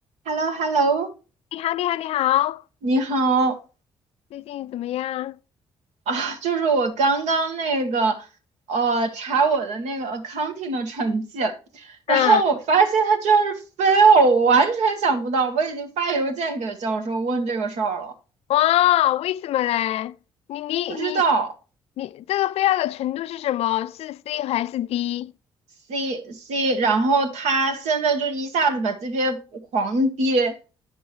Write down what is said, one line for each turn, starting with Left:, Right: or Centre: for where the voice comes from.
Right: h e l l o h e l l o
Left: 你好，你好，你好，
Right: 你好
Left: 最近怎么样？
Right: 啊，就是我刚刚那个呃查我的那个 accounting 的成绩，然后我发现它居然是
Left: 嗯，
Right: fail，我完全想不到，我已经发邮件给教授问这个事儿了，
Left: 哇，为什么嘞？你你你
Right: 不知道
Left: 你这个 f a 的程度是什么？是 C 还是 D？
Right: C C，然后他现在就一下子把这边狂跌。